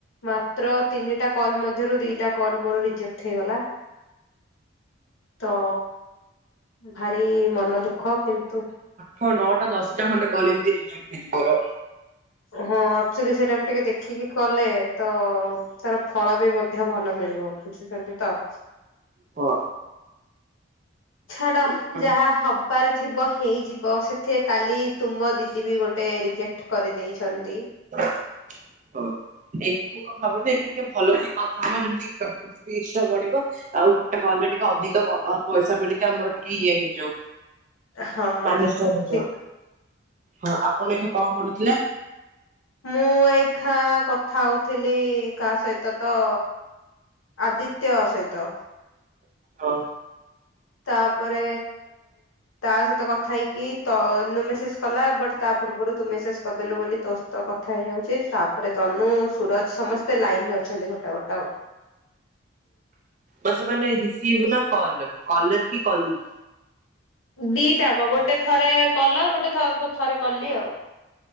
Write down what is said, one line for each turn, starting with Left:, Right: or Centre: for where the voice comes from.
Left: ମାତ୍ର ତିନିଟା କଲ୍ ମଧ୍ୟରୁ ଦିଟା କଲ୍ ମୋର ରିଜେକ୍ଟ ହେଇଗଲା। ତ ଭାରି ମନ ଦୁଃଖ। କିନ୍ତୁ
Right: ହଁ ନଅଟା ଦଶଟା ଖଣ୍ଡେ କଲେ ଏମିତିି ରିଜେକ୍ଟ ହେଇଛି ମୋର।
Left: ହଁ ଆକ୍ଚୁଆଲି ସେଇଟାକୁ ଟିକେ ଦେଖିକି କଲେ ତ ତାର ଫଳ ବି ମଧ୍ୟ ଭଲ ମିଳିବ ବୁଝୁଛନ୍ତି ତ।
Right: ହଁ।
Left: ଛାଡ
Right: ସେଥିପାଇଁ
Left: ଯାହା ହବାର ଥିବ ହେଇଯିବ। ସେଥିରେ କାଲି ତୁମ ଦିଦି ବି ଗୋଟେ ରିଜେକ୍ଟ କରି ଦେଇଚନ୍ତି।
Right: ହ <unintelligible> ହଁ ଏଇ ମୁଁ କଣ ଭାବୁଥିନି ସିଏ ଟିକେ ଭଲ କି କଥା ହବା ଯେମତି ସପିଚ ଟା ବଢିବ। ଆଉ ଗୋଟେ କଲରେ ଟିକେ ଅଧିକ ପଇସା ବି ଆମର ଟିକେ ଇଏ ହେଇଯିବ।
Left: ହଁ
Right: ମା ନିଶ୍ଚୟ ଖୋଜିବ।
Left: ଠିକ
Right: ହଁ ଆପଣ ଏଇନା କଣ କରୁଥିଲେ?
Left: ମୁଁ ଏଇଖା କଥା ହଉଥିଲି କା ସହିତ ତ ଆଦିତ୍ୟ ସହିତ।
Right: ହଁ।
Left: ତାପରେ ତା ସହିତ କଥା ହେଇକି ତନୁ ମେସେଜ କଲା ବଟ ତା ପୂର୍ବରୁ ତୁ ମେସେଜ କରିଦେଲୁ ବୋଲି ତୋ ସହିତ କଥା ହେଇଯାଉଛି ତାପରେ ତନୁ ସୁରଜ ସମସ୍ତେ ଲାଇନ ରେ ଅଛନ୍ତି ଗୋଟା ଗୋଟା ଆଉ।
Right: ବସ ମାନେ ରିସିଭ ନା କଲ କଲର କି କଲିଙ୍ଗ।
Left: ଦିଟା ଆକ ଗୋଟେ ଥରେ କଲର ଗୋଟେ ଥରେ କଲି ଆଉ।